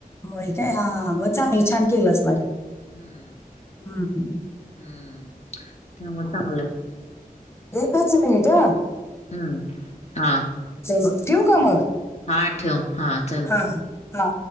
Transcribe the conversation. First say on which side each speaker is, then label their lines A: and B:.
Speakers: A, on the left; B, on the left.
A: होय काय हा हा मग चांगल छान केली आसनार.
B: हम्म
A: हम हम्.
B: हम्म त्यामुळे चांगल.
A: एकच मिनट ह.
B: हम्म हा
A: मग ठेवू का मग
B: -हा ठेव हा. चालते
A: हा -हा